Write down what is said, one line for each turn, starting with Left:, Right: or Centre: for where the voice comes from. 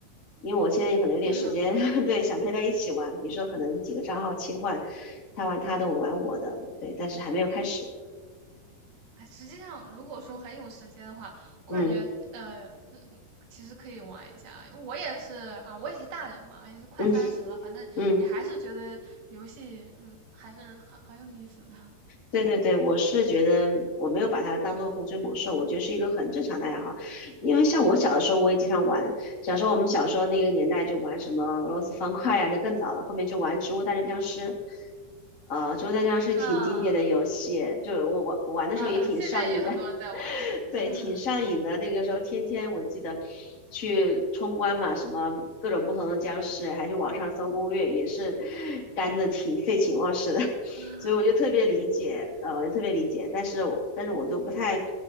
Left: 因为我现在可能有点时间，
Right: <laughs>
Left: <laughs> 对，想陪他一起玩，比如说可能几个账号切换，他玩他的，我玩我的，对，但是还没有开始。
Right: 哎，实际上，如果说很有时间的话，我感觉呃，
Left: 嗯
Right: 呃其实可以玩一下。因为我也是啊，我也是大人嘛，也是快三十了，
Left: 嗯
Right: 反正也还是觉得游戏，
Left: 嗯。
Right: 嗯，还是很很有意思的。<laughs>
Left: 对对对，我是觉得我没有把它当做洪水猛兽，我觉得是一个很正常的爱好。因为像我小的时候，我也经常玩。小时候我们小时候那个年代就玩什么俄罗斯方块啊，那更早了。后面就玩《植物大战僵尸》，呃，《植物大战僵尸》挺经典的游戏，
Right: 嗯
Left: 就我玩我玩的时候也挺上瘾的，
Right: 嗯，现在也很多人在玩。
Left: <laughs> 对，
Right: <laughs>
Left: 挺上瘾的。那个时候天天我记得去冲关嘛，什么各种不同的僵尸，还去网上搜攻略，也是干的挺废寝忘食的。
Right: 嗯，
Left: 所以我就特别理解，呃，我就特别理解，但是但是我就不太